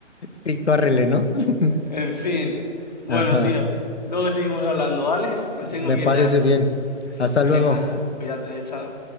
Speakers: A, on the left; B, on the left.
A: Y córrele, ¿no? <laughs>
B: En fin, bueno,
A: Ajá.
B: tío, luego seguimos hablando, ¿vale? Me tengo
A: Me
B: que
A: parece
B: ir ya.
A: bien. Hasta
B: Venga,
A: luego.
B: cuídate, chao.